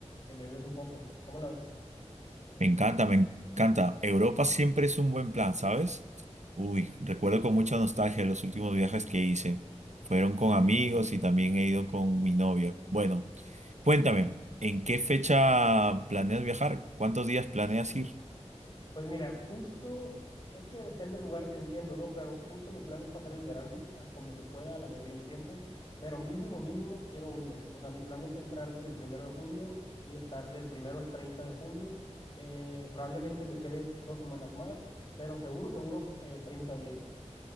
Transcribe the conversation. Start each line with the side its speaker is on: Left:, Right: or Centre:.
Left: que me ves un poco. ¿Cómo la ves?
Right: Me encanta, me encanta. Europa siempre es un buen plan, ¿sabes? Uy, recuerdo con mucha nostalgia los últimos viajes que hice. Fueron con amigos y también he ido con mi novia. Bueno, cuéntame, ¿en qué fecha planeas viajar? ¿Cuántos días planeas ir?
Left: Pues mira, justo, eh, es que depende del lugar, entiendo, ¿no? Pero justo mi plan es pasar el verano a como se pueda la mayoría del tiempo, pero mínimo, mínimo quiero un mes. O sea, mi plan es entrar desde el primero de junio y estar del primero al 30 de junio. Eh, probablemente me quede dos semanas más, pero seguro, seguro, eh, 30 días.